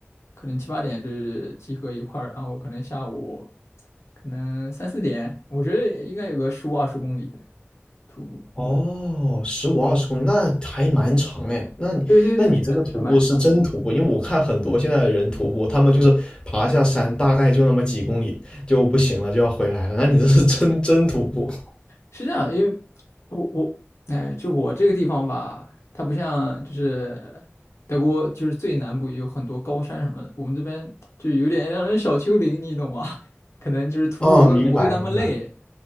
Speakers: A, on the left (about 80°); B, on the left (about 20°).
A: 可能七八点就是集合一块儿，然后可能下午可能三四点，我觉得应该有个十五二十公里的徒步。
B: 哦，十五二十公里，那还蛮长哎。那你那你这个徒步是真徒步，
A: 对对对，是的，是蛮长。
B: 因为我看很多现在的人徒步，他们就是爬下山，大概就那么几公里就不行了，就要回来了。那你这是真真徒步
A: 是这样，因为我我哎，就我这个地方吧，它不像就是德国，就是最南部有很多高山什么的，我们这边就有点让人小丘陵，你懂吗？<laughs> 可能就是徒步不会不会那么累，
B: 啊？明白明白，